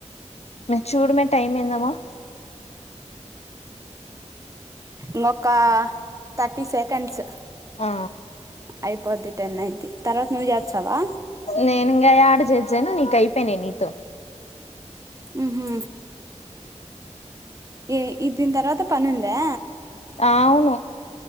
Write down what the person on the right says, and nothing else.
ఇంకొకా థర్టీ సెకండ్స్
అయిపోద్ది టెన్ అయిది తర్వాత నువవు చేసావా
ఆహ ఏ ఇది దిన తర్వాత పనిందా